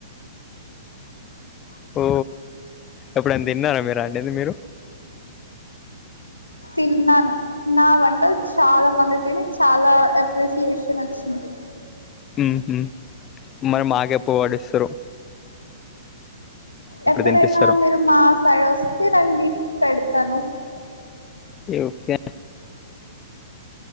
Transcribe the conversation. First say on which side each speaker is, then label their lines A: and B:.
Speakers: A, on the left; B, on the left.
A: ఓ ఎప్పుడు అన్న తిన్నారా మీరు వండింది మీరు
B: తిన్నాను నా వంట చాలా మంది తిని చాలా అప్రిసియేషన్ వచ్చింది
A: ఉ మరి మాకు ఎప్పుడు వడ్డిస్తారు
B: ఎప్పుడైనా
A: తినిపిస్తారు
B: మీరు మా సైడ్ వస్తే రండి పెడతాను
A: యూకే